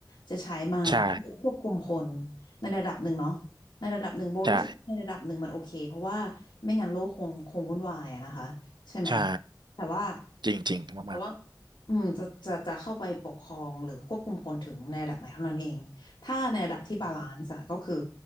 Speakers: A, on the left (about 75°); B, on the right (about 75°).
A: จะใช้มาเพื่อควบคุมคน
B: ใช่
A: ในระดับหนึ่งเนาะในระดับหนึ่งโบรู้สึกว่าในระดับหนึ่งมันโอเคเพราะว่าไม่งั้นโลกคงคงวุ่นวายอะนะคะใช่ไหม
B: ใช่ใช่
A: แต่ว่า
B: จริงจริงมาก
A: แต่ว่าอืมจะจะจะเข้าไปปกครองหรือควบคุมคนถึงในระดับไหนเท่านั้นเองถ้าในระดับที่บาลานซ์อะก็คือ
B: ๆอืม